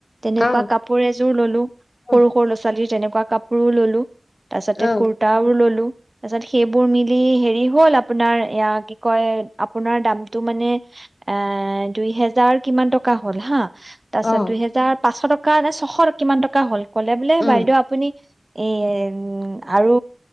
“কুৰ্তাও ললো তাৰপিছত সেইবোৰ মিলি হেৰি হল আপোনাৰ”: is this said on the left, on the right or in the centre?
Right